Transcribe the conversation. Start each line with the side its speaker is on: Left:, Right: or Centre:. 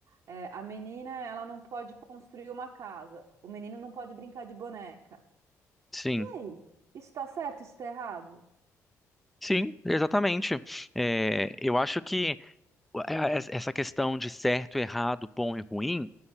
Right: é, a menina ela não pode construir uma casa, o menino não pode brincar de boneca.
Centre: sim.
Right: E aí? Isso está certo, isso está errado?
Centre: Sim, exatamente. É, eu acho que a- a- essa questão de certo, errado, bom e ruim